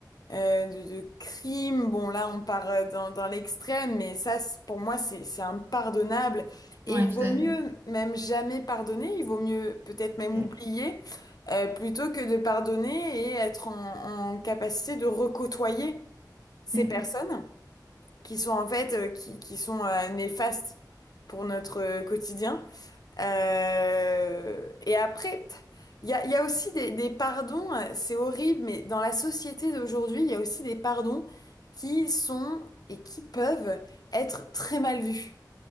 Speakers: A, on the left (about 55°); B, on the right (about 30°).
A: euh, de, de crimes. Bon, là, on part euh, dans, dans l'extrême, mais ça, c'est- pour moi, c'est, c'est impardonnable. Et
B: Oui,
A: il
B: tout
A: vaut
B: à
A: mieux
B: fait.
A: même jamais pardonner, il vaut mieux peut-être même
B: Mm,
A: oublier, euh, plutôt que de pardonner et être en, en capacité de recôtoyer ces
B: mm,
A: personnes qui sont en fait, euh, qui, qui sont euh, néfastes pour notre euh, quotidien. Euh, et après, il y a, il y a aussi des, des pardons, euh, c'est horrible, mais dans la société d'aujourd'hui, il y a aussi des pardons qui sont et qui peuvent être très mal vus.